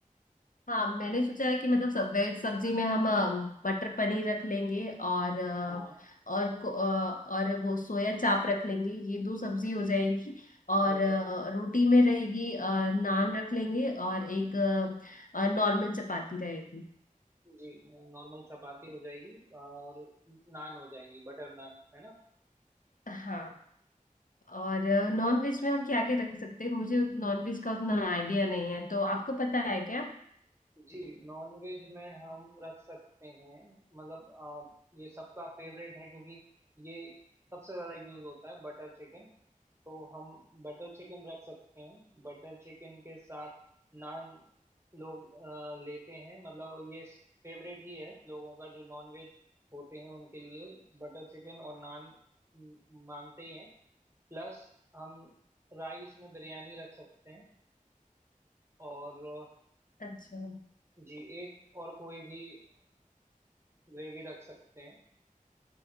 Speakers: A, on the left; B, on the right.
A: हाँ मैंने सोचा है कि मतलब सब वेज सब्जी में हम अ, मटर पनीर रख लेंगे और अ,
B: हाँ
A: और को- अ, और वो सोया चाप रख लेंगे ये दो सब्जी हो जाएंगी और
B: बिल्कुल
A: अ, रोटी में रहेगी अ, नान रख लेंगे और एक नॉर्मल चपाती रहेगी
B: जी नॉर्मल चपाती हो जाएगी और नान हो जाएंगी बटर नान है ना
A: हाँ और नॉन वेज में हम क्या क्या रख सकते हैं मुझे नॉन वेज का उतना आइडिया नहीं है तो आपको पता है क्या
B: जी नॉन वेज में हम रख सकते हैं मतलब अ, ये सबका फेवरेट है क्योंकि ये सबसे ज्यादा यूज होता है बटर चिकन तो हम बटर चिकन रख सकते हैं बटर चिकन के साथ नान लोग अ, लेते हैं मतलब ये फेवरेट ही है लोगों का जो नॉन वेज होते हैं उनके लिए बटर चिकन और नान म, मांगते ही हैं प्लस हम राइस में बिरयानी रख सकते हैं और अ,
A: अच्छा
B: जी एक और कोई भी ग्रेवी रख सकते हैं